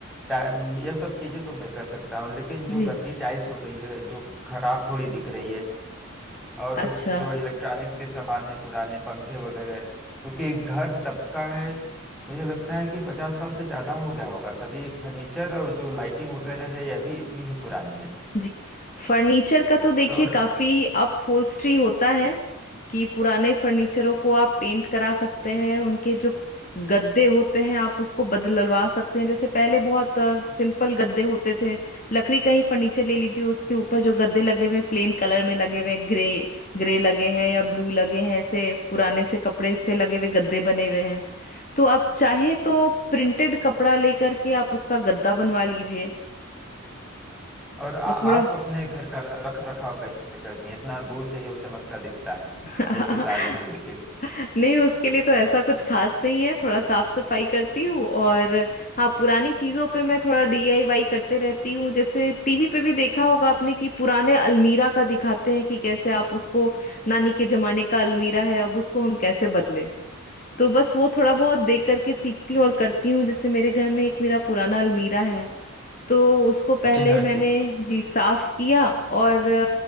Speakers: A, in the centre; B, on the left.
A: टाइम यह सब चीजें तो मैं कर सकता हूँ लेकिन जो
B: जी
A: गंदी टाइल्स हो गई है जो खराब थोड़ी दिख रही है और
B: अच्छा
A: जो इलेक्ट्रॉनिक्स के सामान है पुराने पंखे वगैरह क्योंकि घर तबका है मुझे लगता है कि पचास साल से ज्यादा हो गया होगा तभी फर्नीचर और जो लाइटिंग वगैरह है यह भी इतनी ही पुरानी है
B: जी फर्नीचर का तो देखिए
A: तो
B: काफी अपहोल्स्ट्री होता है कि पुराने फर्नीचरों को आप पेंट करा सकते हैं उनके जो गद्दे होते हैं आप उसको बदलवा सकते हैं जैसे पहले बहुत सिंपल गद्दे होते थे लकड़ी का ही फर्नीचर ले लीजिए उसके ऊपर जो गद्दे लगे हुए हैं प्लेन कलर में लगे हुए हैं ग्रे ग्रे लगे हैं या ब्लू लगे हैं ऐसे पुराने से कपड़े से लगे हुए गद्दे बने हुए हैं तो आप चाहे तो प्रिंटेड कपड़ा लेकर के आप उसका गद्दा बनवा लीजिए
A: और आ,
B: तो
A: आप
B: थोड़ा
A: अपने घर का रख रखाव कैसे करती हैं इतना दूर से ही वो चमकता दिखता है
B: <laughs>
A: जैसे ताजमहल दिखे
B: नहीं उसके लिए तो ऐसा कुछ खास नहीं है थोड़ा साफ सफाई करती हूँ और हाँ पुरानी चीजों पे मैं थोड़ा डीआईवाई करते रहती हूँ जैसे टीवी पे भी देखा होगा आपने कि पुराने अलमीरा का दिखाते हैं कि कैसे आप उसको नानी के जमाने का अलमीरा है अब उसको हम कैसे बदलें तो बस वो थोड़ा बहुत देख करके सीखती हूँ और करती हूँ जैसे मेरे घर में एक मेरा पुराना अलमीरा है तो उसको पहले
A: जी हाँ
B: मैंने
A: जी
B: जी साफ किया और